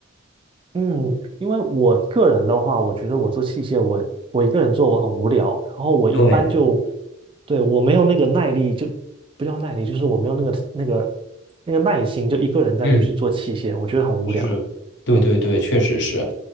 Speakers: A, on the right; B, on the left.
A: 嗯，因为我个人的话，我觉得我做器械，我我一个人做我很无聊，然后我一般就，
B: 对，
A: 对，我没有那个耐力，就不叫耐力，就是我没有那个那个那个耐心，就一个人在那边去做器械，
B: 嗯。
A: 我觉得很无聊。
B: 是，对对对，确实是，